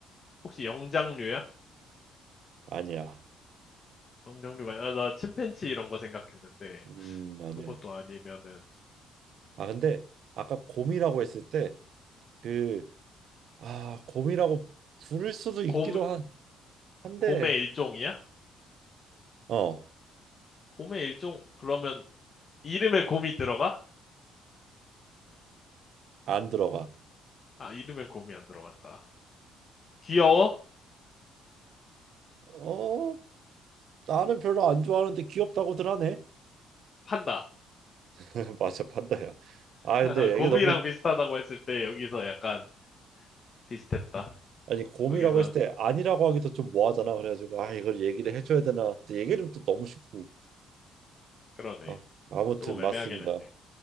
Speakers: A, on the left; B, on the right.
A: 혹시 영장류야?
B: 아니야.
A: 영장류가 아니라 나 침팬지 이런 거 생각했는데
B: 음, 아니야.
A: 그것도 아니면은
B: 아, 근데 아까 곰이라고 했을 때 그, 아, 곰이라고 부를 수도 있기도
A: 곰
B: 한, 한데,
A: 곰의 일종이야?
B: 어,
A: 곰의 일종 그러면 이름에 곰이 들어가?
B: 안 들어가.
A: 아 이름에 곰이 안 들어간다. 귀여워?
B: 어, 나는 별로 안 좋아하는데 귀엽다고들 하네.
A: 판다.
B: <laughs> 맞아, 판다야. 아,
A: <laughs>
B: 근데
A: 곰이랑
B: 이게 너무,
A: 비슷하다고 했을 때 여기서 약간 비슷했다.
B: 아니, 곰이라고
A: 거기서
B: 했을 때 아니라고 하기도 좀 뭐하잖아. 그래가지고, 아, 이걸 얘기를 해줘야 되나. 근데 얘기를 또 너무 쉽고.
A: 그러네.
B: 아, 아무튼,
A: 조금
B: 맞습니다.
A: 애매하긴 했네.